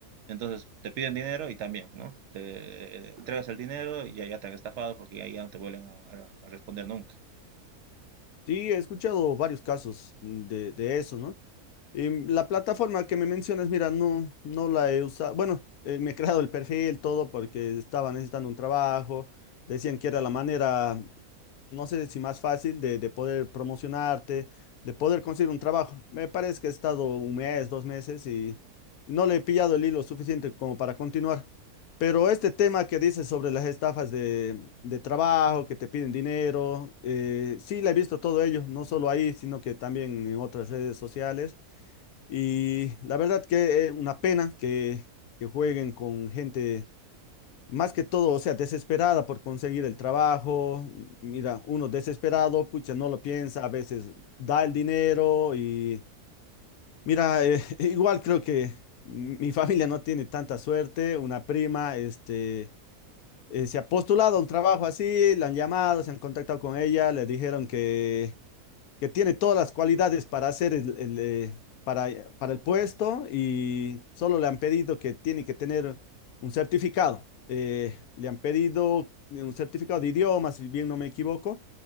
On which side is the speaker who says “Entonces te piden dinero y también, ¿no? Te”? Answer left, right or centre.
Right